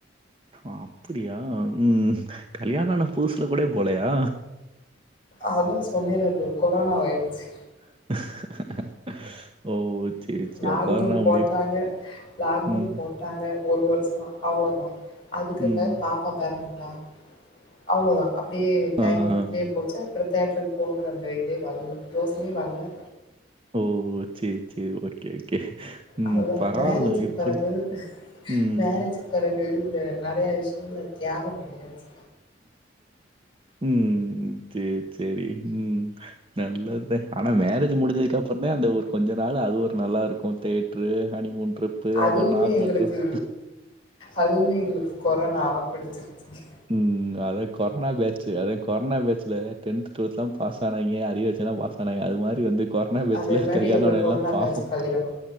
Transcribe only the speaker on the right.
அப்படியா ம் கல்யாணான பூசுல கூட போலையா
<unintelligible> <inaudible> சேரி சேரி
கொரோனா
முடிய
ம்
ம்
ஆ, ஆ.
ஓ சரி சரி ஓகே ஓகே ம்.
பரவால்ல.
இப்படி
ம்,
ம் சரி சரி ம் நல்லதான் ஆனா மேரேஜ் முடிஞ்சதுக்குப்புறந்த அந்த ஒரு கொஞ்சம் நாள் அது ஒரு நல்லா இருக்கும் தேட்ரு ஹனிமூன் ட்ரிப்பு
அப்புற
<unintelligible> ட்ரிப்
ம் அத கொரோனா பேட்ச்சு அத கொரோனா பேச்சில டென்த டுவல்த்லாம் பாஸ் ஆனங்க அரிய வச்சுலாம் பாஸ் ஆனாங்க அது மாதிரி வந்து கொறனா பேச்சல
கல்யாணோட
எல்லாம் பாவம்